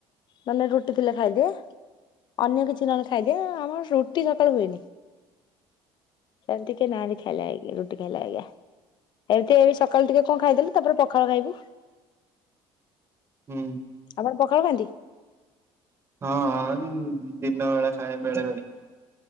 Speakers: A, on the left; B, on the right.
A: ନହେଲେ ରୁଟି ଥିଲେ ଖାଇଦିଏ। ଅନ୍ୟ କିଛି ନହେଲେ ଖାଇଦିଏ। ଆମର ରୁଟି ସକାଳୁ ହୁଏନି। ଏମିତି କେହି ନାହାନ୍ତି ଖାଇବାଲାଗି। ରୁଟି ଖାଇଲା ଭଳିଆ। ଏମତି ଏ ସକାଳୁ ଟିକେ କଣ ଖାଇଦେଲୁ, ତାପରେ ପଖାଳ ଖାଇବୁ।
B: ହୁଁ।
A: ଆପଣ ପଖାଳ ଖାଆନ୍ତି?
B: ହଁଁ, ଦିନ ବେଳା ଖାଏ ବେଳେ ବେଳେ।